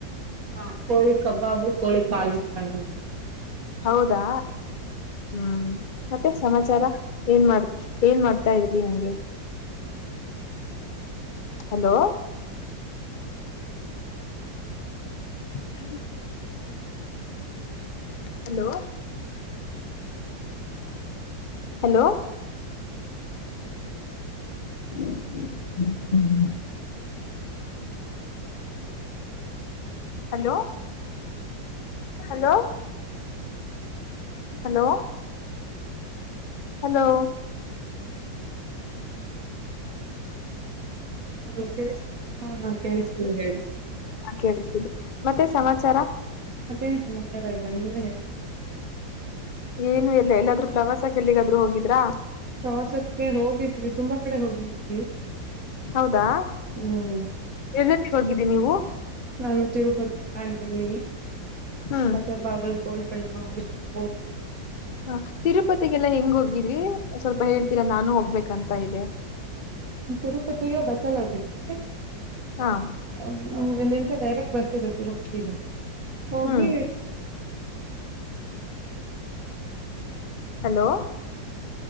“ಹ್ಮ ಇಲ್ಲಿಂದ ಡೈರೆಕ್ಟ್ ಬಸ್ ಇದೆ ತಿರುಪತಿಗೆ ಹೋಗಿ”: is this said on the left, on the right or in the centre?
Right